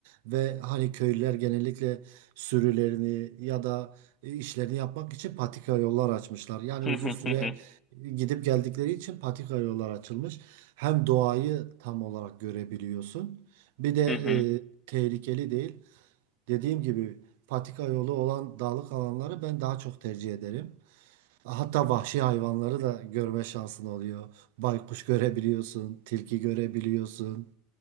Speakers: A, on the right (about 70°); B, on the left (about 20°).
A: ve hani köylüler genellikle sürülerini ya da e, işlerini yapmak için patika yollar açmışlar. Yani
B: Hı
A: uzun
B: hı
A: süre
B: hı hı.
A: gidip geldikleri için patika yollar açılmış. Hem doğayı tam olarak görebiliyorsun. Bir de
B: Hı hı.
A: e, tehlikeli değil. Dediğim gibi patika yolu olan dağlık alanları ben daha çok tercih ederim. Hatta vahşi hayvanları da görme şansın oluyor. Baykuş görebiliyorsun, tilki görebiliyorsun.